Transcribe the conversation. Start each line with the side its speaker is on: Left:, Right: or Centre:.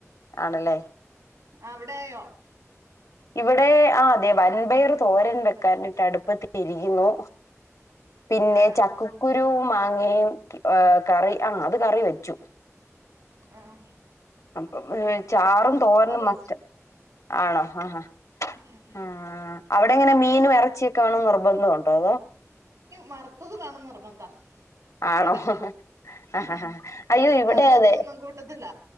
Left: ആണല്ലേ
Right: ആ അവിടെ ആയോ
Left: ഇവിടെ ആ അതെ വൻപയർ തോരൻ വെക്കാനിട്ട് അടുപ്പത്തിരിക്കുന്നു പിന്നെ
Right: ആ
Left: ചക്കക്കുരു മാങ്ങയും കറി ആ അത് കറി വെച്ചു
Right: ആഹ
Left: അപ്പം ചാറും തോരനും മസ്റ്റ്
Right: വെച്ചു
Left: ആണോ ആഹ
Right: ഉം.
Left: ആ അവിടെ എങ്ങനെ മീനും ഇറച്ചിയൊക്കെ വേണ നിർബന്ധംുണ്ടോ അതോ
Right: മറത്തത് വേണം നിർബന്ധ
Left: ആണോ
Right: ചേട്ടായിക്ക്
Left: ആ
Right: ഉം
Left: അയ്യോ ഇവിടെ
Right: കറി വെച്ചതൊന്നും
Left: അതെ
Right: കൂട്ടത്തില്ല